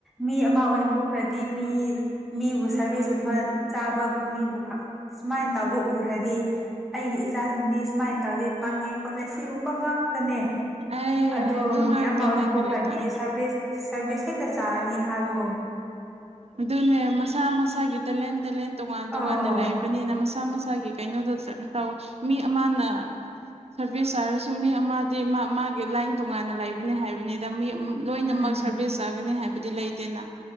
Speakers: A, in the centre; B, on the right.
A: ꯃꯤ ꯑꯃ ꯑꯣꯏꯅꯕꯣꯛ ꯍꯥꯏꯗꯤ ꯃꯤ ꯃꯤꯕꯨ ꯁꯔꯚꯤꯁꯀꯨꯝꯕ ꯆꯥꯕ ꯃꯤꯕꯨꯛ ꯁꯨꯃꯥꯏꯅ ꯇꯧꯕ ꯎꯈ꯭ꯔꯦ ꯗꯤ ꯑꯩꯒꯤ ꯏꯆꯥꯁꯤꯡꯗꯤ ꯁꯨꯃꯥꯏꯅ ꯇꯧꯗꯦ ꯄꯪꯉꯦ ꯈꯣꯠꯂꯦ ꯁꯤꯒꯨꯝꯕ ꯉꯥꯛꯇꯅꯦ
B: ꯑꯩ
A: ꯑꯗꯨ ꯃꯤ
B: ꯉꯥꯛꯇꯅꯦ
A: ꯑꯃ ꯑꯣꯏꯅ
B: ꯀꯔꯤ
A: ꯄꯣꯛꯈ꯭ꯔꯗꯤ
B: ꯇꯅꯤ
A: ꯁꯔꯚꯤꯁ ꯁꯔꯚꯤꯁ ꯍꯦꯛꯇ ꯆꯥꯔꯅꯤ ꯍꯥꯏꯕ
B: ꯑꯗꯨꯅꯦ ꯃꯁꯥ ꯃꯁꯥꯒꯤ ꯇꯦꯂꯦꯟ ꯇꯦꯂꯦꯟ ꯇꯣꯉꯥꯟ ꯇꯣꯉꯥꯟꯅ
A: ꯑꯣ
B: ꯂꯥꯛꯏꯕꯅꯤꯅꯁ ꯃꯁꯥ ꯃꯁꯥꯒꯤ ꯀꯩꯅꯣꯗ ꯇꯧꯋꯤ ꯃꯤ ꯑꯃꯅ ꯁꯔꯚꯤꯁ ꯆꯥꯔꯖꯁꯨ ꯃꯤ ꯑꯃꯗꯤ ꯃꯥ ꯃꯥꯒꯤ ꯂꯥꯏꯟ ꯇꯣꯉꯥꯟꯅ ꯂꯩꯕꯅꯦ ꯍꯥꯏꯕꯅꯤꯗ ꯃꯤ ꯂꯣꯏꯅꯃꯛ
A: ꯎꯝ
B: ꯁꯥꯔꯚꯤꯁ ꯆꯥꯒꯅꯤ ꯍꯥꯏꯕꯗꯤ ꯂꯩꯇꯦꯅ